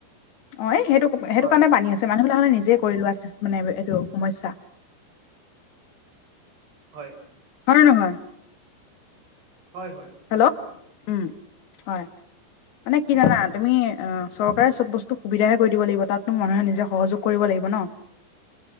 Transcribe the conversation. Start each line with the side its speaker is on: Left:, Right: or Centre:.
Left: অ' এই সেইটো সেইটো
Right: হয়
Left: কাৰণে পানী হৈছে মানুহ বিলাকে নিজেই কৰি লোৱা মানে এইটো সমস্যা।
Right: হয়।
Left: হয় নে নহয়?
Right: হয় হয়
Left: হেল্ল'
Right: নিশ্চয়।
Left: উম হয়। মানে কি জানা তুমি অ চৰকাৰে চব বস্তু সুবিধাহে কৰি দিব লাগিব, তাত ত মানুহে নিজে সহযোগ কৰিব লাগিব ন